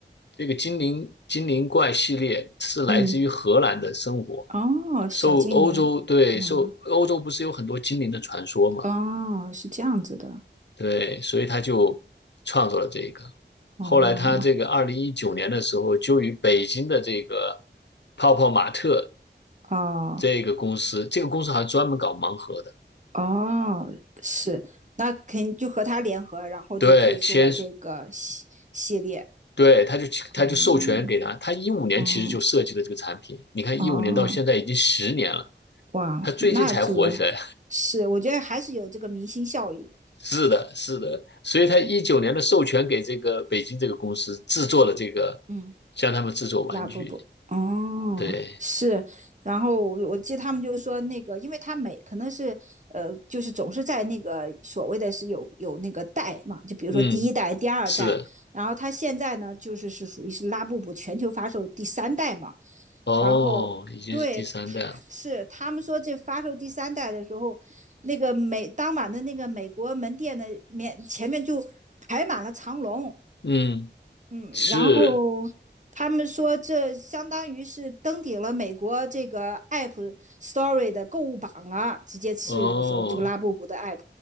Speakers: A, on the left; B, on the right.
A: 这个精灵精灵怪系列是来自于荷兰的生活，
B: 嗯哦，小精灵，
A: 受欧洲对受欧洲不是有很多精灵的传说吗？
B: 嗯。哦，是这样子的，
A: 对，所以他就创作了这个。
B: 哦
A: 后来他这个二零一九年的时候，就与北京的这个泡泡玛特
B: 哦
A: 这个公司，这个公司好像专门搞盲盒的，
B: 哦，是，那肯定就和他联合，然后就推出了这个系系列，
A: 对，签，对，他就他就授权给他，
B: 嗯
A: 他一五年其实就设计了这个产品，
B: 嗯
A: 你看一五年到现在已经十年了，
B: 哦，哇，
A: 他最近才火起来，
B: 那这个是，我觉得还是有这个明星效应，
A: <laughs> 是的，是的，所以他一九年的授权给这个北京这个公司制作了这个，
B: 嗯
A: 让他们制作玩具，
B: 拉布布，哦，
A: 对，
B: 是。然后我我记得他们就是说那个，因为他每可能是呃，就是总是在那个所谓的是有有那个代嘛，就比如说第一代、
A: 嗯，
B: 第二代，
A: 是的。
B: 然后他现在呢就是是属于是拉布布全球发售第三代嘛，
A: 哦，
B: 然后对，
A: 已经是第三代了。
B: 他是他们说这发售第三代的时候，那个美当晚的那个美国门店的面前面就排满了长龙。
A: 嗯，
B: 嗯，
A: 是，
B: 然后他们说这相当于是登顶了美国这个 App Store 的购物榜了，直接次日的时候，
A: 哦，
B: 这个拉布布的 App，